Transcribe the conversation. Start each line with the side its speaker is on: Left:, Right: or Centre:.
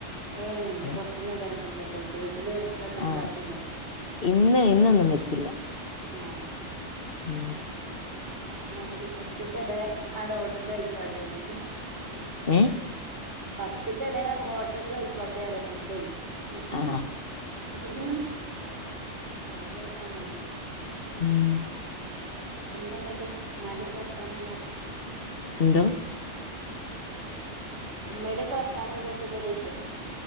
Right: ഏഹ്
Left: പിന്നെ
Right: പൊർത്ത്ന്നേക്കാരം ഫുഡ്ഡോക്കെ കയ്ച്ചെ വീട്ടില് ഭ ഭക്ഷണം
Left: ആഹ്
Right: ണ്ടാക്കിണ്ടാവൂല
Left: ഇന്ന് ഇന്നൊന്നും വെച്ചില്ല
Right: ആഹ്
Left: ഉം
Right: പർഞ്ഞാതിരി ഫസ്റ്റ്ത്തെഡേ ആടെ ഹോട്ടലയ്ക്കാട്ടെന്ന്
Left: ഏ
Right: ഫസ്റ്റ്ത്തെഡേ ഹോട്ടലും അയ്ക്കോട്ടെ പറയാ ഫുഡേ അത്
Left: ആ
Right: രെസാണല്ലോ
Left: ഉം
Right: എന്താന്ന്ട്ട് മ്മാന്റെക്കെ വർത്താനെന്താ
Left: എന്തോ
Right: ഉമ്മയുടെയൊക്കെ വർത്താനെന്താ സുഖല്ലേ യ്ച്ചാ